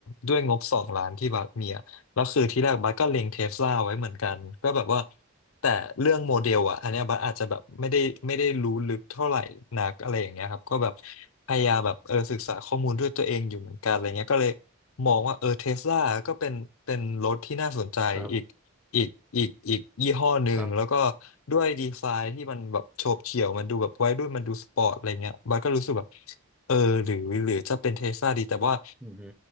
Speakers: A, on the left; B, in the centre.
A: ด้วยงบสองล้านที่บัสมีอะแล้วคือที่แรกบัสก็เล็งเทสลาไว้เหมือนกันก็แบบว่าแต่เรื่องโมเดลอ่ะอันเนี้ยบัสอาจจะแบบไม่ได้ไม่ได้รู้ลึกเท่าไหร่นักอะไรอย่างเงี้ยครับก็แบบพยายามแบบเออศึกษาข้อมูลด้วยตัวเองอยู่เหมือนกันอะไรเงี้ยก็เลยมองว่าเออเทสลาก็เป็นเป็นรถที่น่าสนใจอีก
B: ครับ
A: อีกอีกอีกยี่ห้อหนึ่งแล้วก็
B: ครับ
A: ด้วยดีไซน์ที่มันแบบโฉบเฉี่ยวมันดูแบบวัยรุ่นมันดูสปอร์ตอะไรเงี้ยบัสก็รู้สึกแบบ เออหรือหรือจะเป็นเทสลาดีแต่ว่า
B: อือฮึ